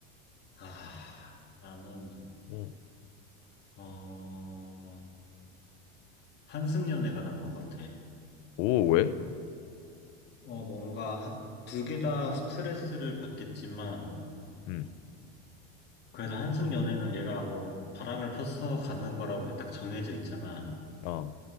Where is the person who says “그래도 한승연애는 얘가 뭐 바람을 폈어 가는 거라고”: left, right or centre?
Left